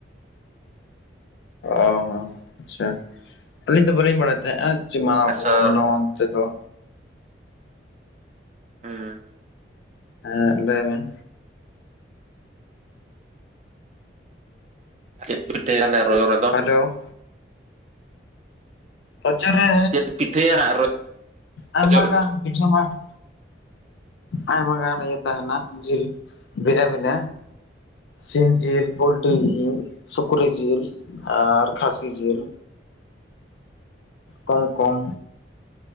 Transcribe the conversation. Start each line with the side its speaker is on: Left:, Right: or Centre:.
Left: ᱚ ᱦᱚᱸ ᱟᱪᱪᱷᱟ ᱟᱹᱞᱤᱧ ᱫᱚ ᱵᱟᱹᱞᱤᱧ ᱵᱟᱲᱟᱭ ᱛᱟᱦᱮᱸ-ᱟ ᱪᱮ ᱢᱟᱱᱟᱣ
Right: ᱟᱥᱚᱨ
Left: ᱵᱟᱠᱚ ᱢᱟᱱᱟᱣᱟ ᱚᱱᱛᱮ ᱫᱚ,
Right: ᱦᱮᱸ
Left: ᱦᱮᱸ ᱞᱟᱹᱭ ᱵᱮᱱ
Right: ᱪᱮᱫ ᱯᱮ ᱯᱤᱴᱷᱟᱹᱭᱟ ᱛᱟᱦᱚᱞᱮ ᱨᱚᱡᱚ ᱨᱮ ᱫᱚ?
Left: ᱦᱮᱞᱳ ᱨᱚᱡᱚ ᱨᱮ
Right: ᱪᱮᱫ ᱯᱤᱴᱷᱟᱹᱭᱟ ᱦᱟᱸᱜ
Left: ᱟᱭᱢᱟ
Right: ᱨᱚᱡᱚ ᱨᱮ
Left: ᱜᱟᱱ ᱠᱤᱪᱷᱩ ᱢᱟᱹᱱᱢᱤ ᱟᱭᱢᱟ ᱜᱟᱱ ᱤᱭᱟᱹ ᱛᱟᱦᱮᱱᱟ ᱡᱤᱞ ᱵᱷᱤᱱᱟᱹ ᱵᱷᱤᱱᱟᱹ ᱥᱤᱢ ᱡᱤᱞ, ᱯᱳᱞᱴᱤ ᱡᱤᱞ, ᱥᱩᱠᱨᱤ ᱡᱤᱞ, ᱟᱨ ᱠᱷᱟᱥᱤ ᱡᱤᱞ᱾ ᱠᱚᱢ ᱠᱚᱢ